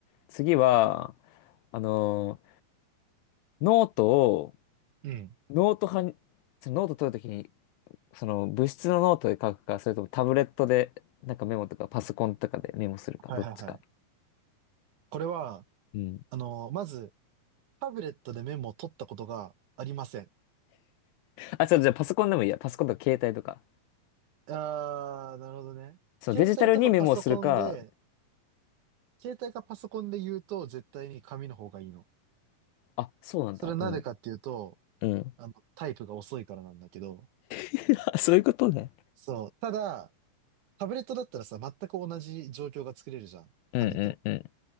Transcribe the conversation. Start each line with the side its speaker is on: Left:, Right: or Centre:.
Left: 次は、あの、ノートを
Right: うん。
Left: ノート派に、そのノート取るときに、その物質のノートで書くか、それともタブレットで、なんかメモとか、パソコンとかでメモするか、
Right: はいはいはい。
Left: どっちか。
Right: これは、
Left: うん。
Right: あの、まず、タブレットでメモを取ったことがありません。
Left: あ、ちょっとじゃあパソコンでもいいや。パソコンとか携帯とか。
Right: あー、なるほどね。
Left: そのデジタルにメモをするか、
Right: 携帯とかパソコンで、携帯かパソコンで言うと絶対に紙の方がいいの。
Left: あ、そうなんだ。
Right: それはなんでかっていうと、
Left: うん。うん。
Right: あの、タイプが遅いからなんだけど、
Left: <laughs> あそういうことね。
Right: そう。ただ、タブレットだったらさ、全く同じ状況が作れるじゃん。
Left: うんうん
Right: 紙と。